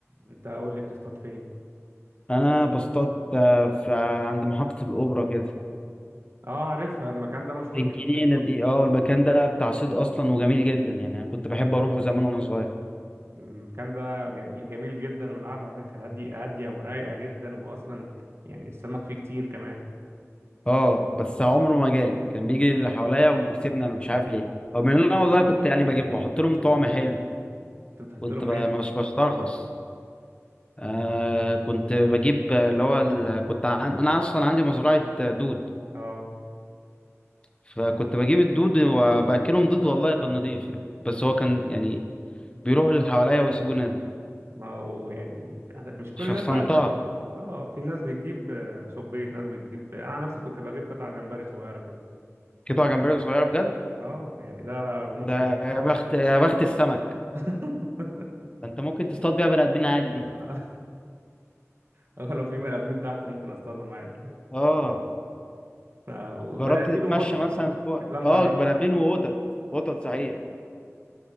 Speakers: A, on the right; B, on the left.
A: أنت قول لي بتصطاد فين؟
B: انا بصطاد آه، في عند محطه الاوبرا كده
A: أه عارفها المكان ده مشهور
B: الجنينة
A: جدا
B: دي اه المكان ده بتاع صيد اصلا وجميل جدا يعني انا كنت بحب اروحه زمان وانا صغير
A: المكان ده جم- جميل جدا والقعدة هناك هادية هادية ورايقة جدا وأصلا يعني السمك فيه كتير كمان
B: اه بس عمره ما جالي كان بيجي اللي حواليا وبيسيبني انا مش عارف ليه رغم ان انا والله كنت يعني بجيب بحط لهم طعم حلو
A: أنت بتحط
B: كنت
A: لهم
B: ب...
A: إيه؟
B: مش بسترخص آه كنت بجيب اللي هو ال... كنت عن... انا اصلا عندي مزرعة دود
A: أه
B: فكنت بجيب الدود وباكلهم دود والله كان نضيف يعني بس هو كان يعني بيروحوا اللي حواليا ويسيبوني أنا.
A: ما هو يعني مش كل
B: شخصنتها
A: الناس بقى بتجيب أه في ناس بتجيب آه، صبيط ناس بتجيب أنا عن نفسي كنت بجيب قطع جمبري صغيرة كده
B: قطع جمبري صغيرة بجد
A: اه يعني ده هما
B: ده
A: بيحبوا
B: يا
A: الكلام
B: بخت
A: ده أوي.
B: يا بخت السمك
A: <laughs>
B: انت ممكن تصطاد بيها بني ادمين عادي دي
A: انا <laughs> لو في بني ادمين تحت ممكن اصطادهم عادي
B: اه
A: ف- بني
B: جربت
A: ادمين
B: تتمشى
A: وقطط
B: مثلا
A: كمان
B: فوق
A: بيتلموا
B: اه
A: عليك
B: بني ادمين وقطط قطط صحيح